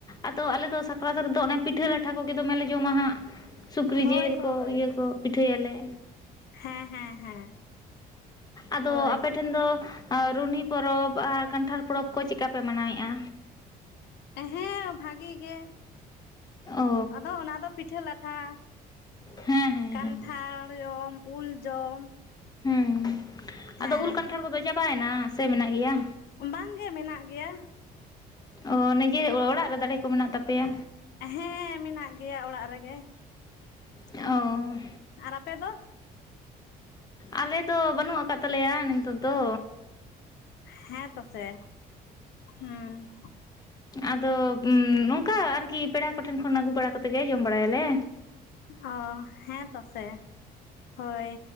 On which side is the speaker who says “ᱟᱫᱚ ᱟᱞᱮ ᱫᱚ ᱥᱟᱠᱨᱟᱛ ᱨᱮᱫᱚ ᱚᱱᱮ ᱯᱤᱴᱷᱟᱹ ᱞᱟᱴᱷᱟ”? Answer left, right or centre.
Left